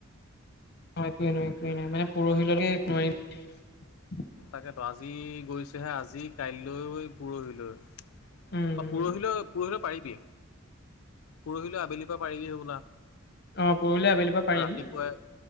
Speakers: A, on the left; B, on the left.
A: অ' একোৱে নোৱাৰি, একোৱেই নোৱাৰি নাই মানে পৰহিলৈকে একোৱে নোৱাৰি।
B: তাকেতো আজি গৈছোহে, আজি কাইলৈ, পৰহিলৈ।
A: উম
B: অ'পৰহিলৈ পৰহিলৈ পাৰিবি। পৰহিলৈ আবেলি পৰা পাৰিবি সেই বোলা।
A: অ পৰহিলৈ আবেলিৰ পৰা পাৰিম
B: ৰাতিপুৱাই